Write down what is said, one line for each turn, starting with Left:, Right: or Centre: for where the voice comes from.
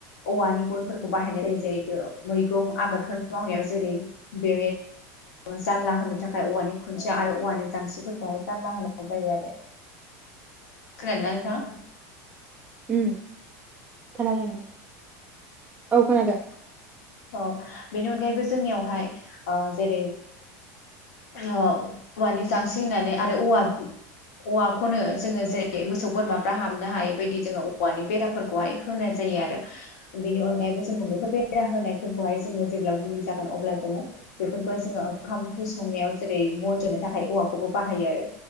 Left: औवानि गुनफोरखौ बाहायनाय जायो जेरैथ' मैगं आबादफोर मावनायाव जेरै बे जानला होनो थाखाय औवानि खुन्थिया आरो औवानि जांस्रिफोरखौहाय जानला होनाय जायो आरो
Right: <inaudible>
Left: खोनादोंना नोथां।
Right: उम खोनादों औ खोनादों।
Left: अ बेनि अनगायैबो जोंनियावहाय ओ जेरै औवानि जांसि होननानै आरो औवा औवाखौनो जोङो जेरै मोसौ बोरमाफ्रा हाबनो हायै बायदि जोङो औवानि बेराफोरखौहाय होनाय जायो आरो बेनि अनगायैबो जों बेफोर बेरा होनाय फोरखौहाय जोङो जेब्ला बुंनि जागोन अब्ला जोङो बेफोरखौहाय जोङो ओंखाम ओंख्रि संनायाव जेरै बन जनो थाखाय औवाखौबो बाहायो आरो।